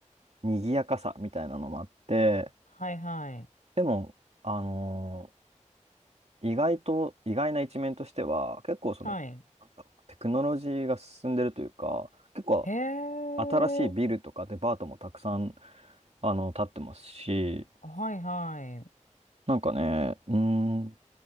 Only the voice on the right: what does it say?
賑やかさみたいなのもあって、
でも、あの、意外と、意外な一面としては、結構その、
なんだろう、テクノロジーが進んでるというか、結構
新しいビルとかデパートもたくさん、あの、建ってますし、
なんかね、うーん、